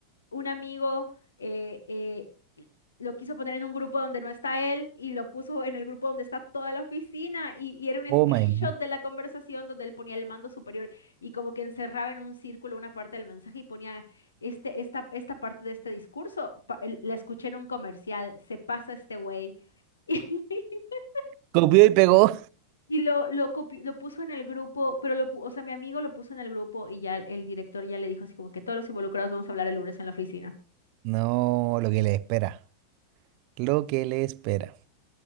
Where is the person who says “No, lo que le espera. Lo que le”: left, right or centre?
Right